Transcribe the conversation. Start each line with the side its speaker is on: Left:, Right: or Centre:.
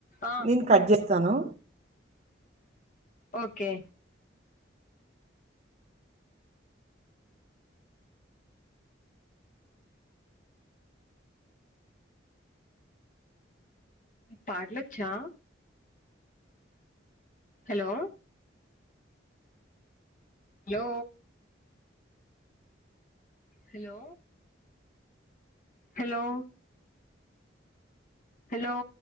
Left: అ
Right: నేను కట్ చేస్తాను
Left: ఒకే పాట్లోచ్చా హలో లో హలో హలో హలో